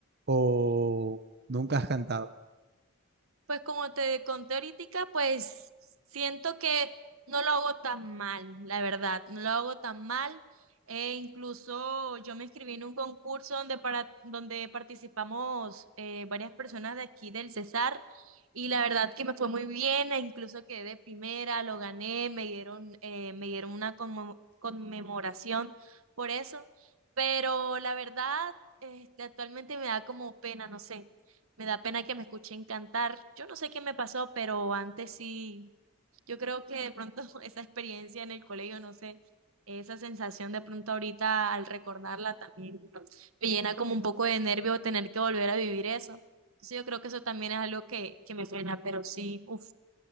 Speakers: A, on the right (about 50°); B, on the right (about 80°).
A: o nunca has cantado?
B: Pues como te conté ahorita, pues siento que no lo hago tan mal, la verdad, no lo hago tan mal. Eh, incluso yo me inscribí en un concurso donde, para, donde participamos eh, varias personas de aquí del Cesar y la verdad que me fue muy bien, e incluso quedé de primera, lo gané, me dieron, eh, me dieron una conmo- conmemoración por eso, pero la verdad, este, actualmente me da como pena, no sé. Me da pena que me escuchen cantar. Yo no sé qué me pasó, pero antes sí, yo creo que de pronto <laughs> esa experiencia en el colegio, no sé, esa sensación de pronto ahorita al recordarla también ¿no? me llena como un poco de nervio tener que volver a vivir eso. Entonces yo creo que eso también es algo que, que me pena, pero sí, uff,